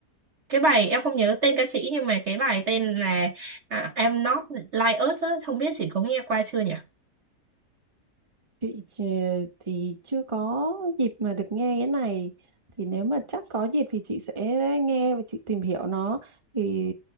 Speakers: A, on the right; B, on the right.
A: cái bài em không nhớ tên ca sĩ nhưng mà cái bài tên là à, I'm Not Like Us á không biết chị có nghe qua chưa nhỉ
B: Chị thì thì chưa có dịp mà được nghe cái này thì nếu mà chắc có dịp thì chị sẽ nghe và chị tìm hiểu nó thì